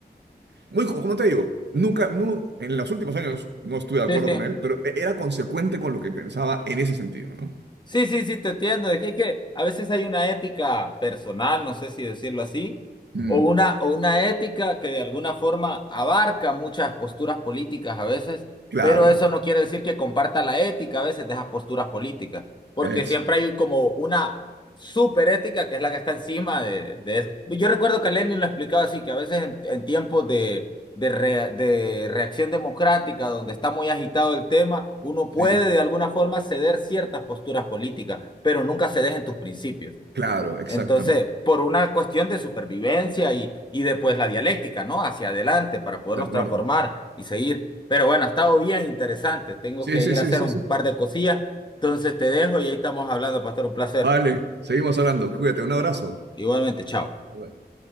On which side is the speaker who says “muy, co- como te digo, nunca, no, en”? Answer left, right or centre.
Right